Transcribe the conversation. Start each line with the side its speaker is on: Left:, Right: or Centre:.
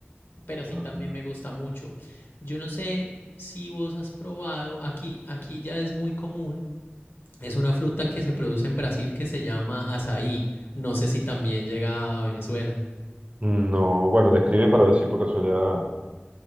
Left: Pero sí
Right: Ah.
Left: también me gusta mucho. Yo no sé si vos has probado, aquí, aquí ya es muy común. Es una fruta que se produce en Brasil que se llama azaí. No sé si también llega a Venezuela.
Right: No, bueno, describe para ver si por casualidad,